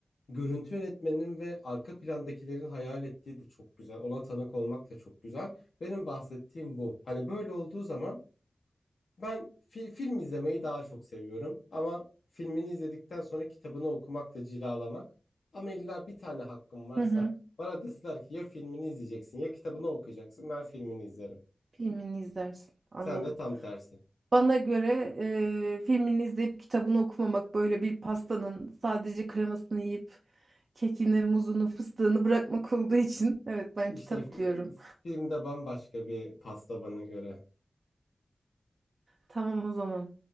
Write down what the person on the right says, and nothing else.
Hı hı.
Filmini izlersin. Anladım.
Bana göre e, filmini izleyip kitabını okumamak böyle bir pastanın sadece kremasını yiyip kekini, muzunu, fıstığını bırakmak olduğu için evet ben
kitap
diyorum.
Tamam o zaman.